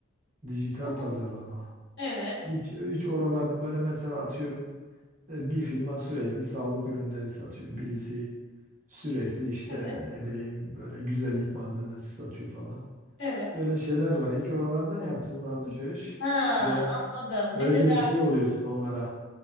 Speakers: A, on the right (about 40°); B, on the left (about 60°).
A: Dijital
B: Ama
A: pazarlama.
B: evet.
A: Hiç, hiç oralardan böyle mesela atıyorum e, bir firma sürekli sağlık ürünleri satıyor.
B: Hı.
A: Birisi sürekli işte
B: Evet.
A: ne bileyim böyle güzellik malzemesi satıyor falan.
B: Evet.
A: Öyle şeyler var. Hiç oralardan yaptın mı alışveriş?
B: Ha,
A: Veya
B: anladım.
A: böyle
B: Mesela
A: bir de şey oluyorsun onlara.